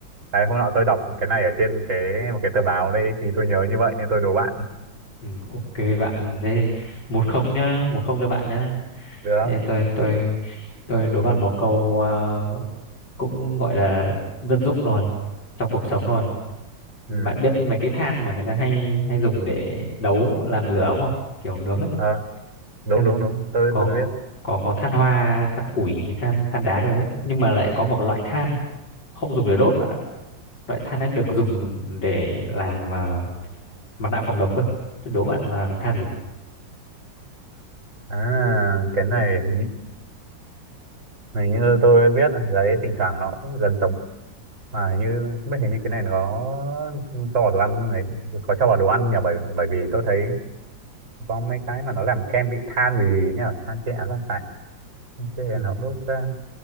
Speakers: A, on the right; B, on the left.
A: đấy, hôm nọ tôi đọc cái này ở trên cái một cái tờ báo đây thì tôi nhớ như vậy nên tôi đố bạn
B: Ừ, ok bạn, thế một không nhá, một không cho bạn nhá.
A: được
B: Thế tôi tôi tôi đố bạn một câu ờ, cũng gọi là dân dụng rồi trong cuộc sống rồi. Bạn
A: ừ
B: biết mấy cái than mà người ta hay hay dùng để nấu làm lửa đúng không? Kiểu nướng ấy.
A: ờ đúng
B: hay dùng
A: đúng đúng tôi
B: có
A: tôi biết
B: có có than hoa than củi than than đá các thứ nhưng mà lại có một loại than không dùng để đốt bạn ạ loại than ấy được dùng để làm ờ, mặt nạ phòng độc cơ Thế đố bạn là than gì
A: à cái này hình như, hình như tôi biết đấy thỉnh thoảng nó cũng gần giống À, như không biết hình như cái này nó có cho vào đồ ăn này có cho vào đồ ăn nhỉ bởi bởi vì tôi thấy có mấy cái mà nó làm kem bị than gì nhỉ than tre à, không phải than tre
B: ừ.
A: nó cũng đốt ra